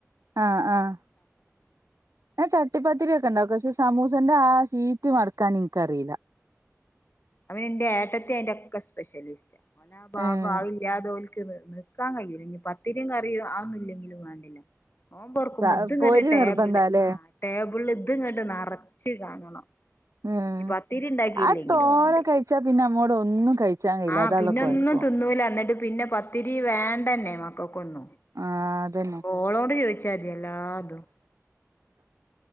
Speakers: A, on the right (about 75°); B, on the left (about 40°).
A: ആഹ് ആഹ്. ഞാ ചട്ടിപ്പാത്തിരിയൊക്കെ ണ്ടാകും പക്ഷേ സമൂസന്റെ ആ സീറ്റ് മട്ക്കാൻ ഇൻക്കറീല.
B: അവനന്റെ ഏട്ടത്തി അയ്ന്റൊക്കെ സ്പെഷ്യലിസ്‌റ്റ് ഓനാ ആ ഭാഗം
A: ഏഹ്
B: അതില്ലാ തോൽക്ക് നി നി ക്കാൻ കയ്യൂല ഇനി പത്തിരിം കറിം അതൊ ന്നും ഇല്ലെങ്കിലും വേണ്ടീല. നോമ്പൊർക്കുമ്പോ
A: സ
B: ഇത്ങ്ങട്ട്
A: പൊരി
B: ടേബിള്ള്
A: നിർബന്ധാല്ലേ
B: ആ ടേബിൾൽ ഇത്ങ്ങട്ട് നെർച്ച് കാണണം.
A: ഏഹ്
B: ഇനി പത്തിരി ഇണ്ടാക്കില്ലെങ്കിലുംവേണ്ടീല
A: അത് തോനെ കഴിച്ചാ പിന്നെ നമ്മോട് ഒന്നും കഴിച്ചാൻ കഴിയില്ല
B: ആ
A: അതാള്ള
B: പിന്നൊന്നും
A: കൊഴപ്പം
B: തിന്നൂല ന്ന് പിന്നെ പത്തിരി വേണ്ടന്നെ മക്കൊക്കൊന്നും.
A: ആഹ്. അതന്നെ
B: അപ്പൊ ഓളോട് ചോയ്ച്ചാതി എല്ലാതും.